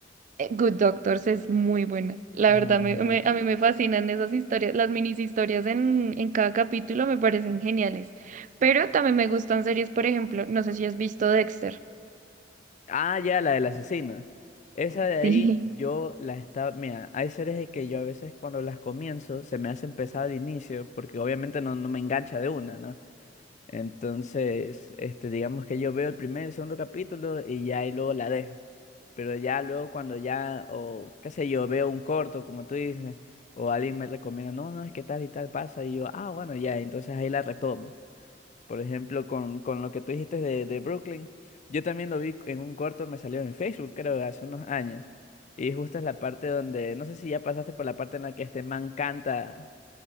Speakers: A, on the right (about 45°); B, on the left (about 40°).
A: eh, Good Doctors es muy buena. La
B: Ajá,
A: verdad, me- me- a mí me fascinan esas historias. Las minis historias en, en cada capítulo me parecen geniales. Pero también me gustan series, por ejemplo, no sé si has visto Dexter.
B: Ah, ya, la del asesino. Esa
A: <laughs>
B: de ahí
A: Sí.
B: yo la estaba, mira, hay series de que yo a veces cuando las comienzo se me hace pesado al inicio porque obviamente no, no me engancha de una, ¿no? Entonces, este, digamos que yo veo el primer, el segundo capítulo y ya y luego la dejo. Pero ya luego cuando ya, o qué sé yo, veo un corto, como tú dices, o alguien me recomienda, no, no, es que tal y tal pasa y yo, ah, bueno, ya, entonces ahí la retomo. Por ejemplo, con, con lo que tú dijiste de, de Brooklyn, yo también lo vi en un corto, me salió en Facebook, creo, hace unos años. Y justo es la parte donde, no sé si ya pasaste por la parte en la que este man canta